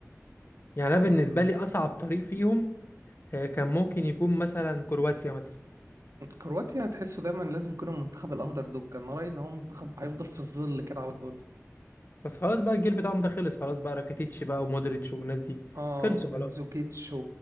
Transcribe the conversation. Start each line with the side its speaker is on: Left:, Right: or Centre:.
Left: يعني انا
Right: ما
Left: بالنسبه لي اصعب طريق فيهم آه، كان ممكن يكون مثلا كرواتيا مثلا
Right: كرواتيا هتحسه دايما لازم يكون المنتخب الأندر دوج أنا رأيي إن هو منتخب هيفضل في الظل كده على طول
Left: بس خلاص بقى الجيل بتاعهم ده خلص خلاص بقى راكيتيتش بقى ومودريتش والناس دي
Right: آه
Left: خلصوا
Right: ومنزوكيتش
Left: خلاص
Right: و...